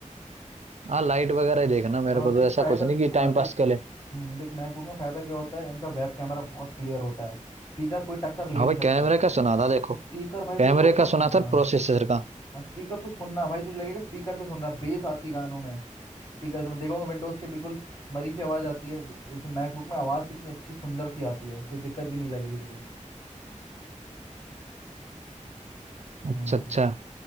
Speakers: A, on the right; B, on the left.
A: हाँ लाइट वगैरह ही देखना मेरे
B: हाँ
A: को
B: देख
A: तो ऐसा
B: फायदा
A: कुछ नहीं कि
B: हाँ
A: टाइम
B: देख
A: पास के लिए
B: हम्म, देख मैकबुक में फायदा क्या होता है इनका वेब कैमरा बहुत क्लियर होता है स्पीकर कोई टक्कर ले
A: हाँ
B: ही नहीं
A: भाई
B: सकता
A: कैमरे का सुना था देखो
B: स्पीकर भाई
A: कैमरे
B: तू एक बार सुन
A: का सुना
B: हाँ
A: था प्रोसेसर का
B: स्पीकर तू सुनना भाई तुझे लगेगा स्पीकर से सुन रहा बेस आती है गानों में स्पीकर से देखोगे विंडोज के बिल्कुल मरी सी आवाज आती है वे- उस मैकबुक में आवाज कितनी अच्छी सुंदर सी आती है कोई दिक्कत भी नहीं लगेगी तुझे हम्म
A: अच्छा अच्छा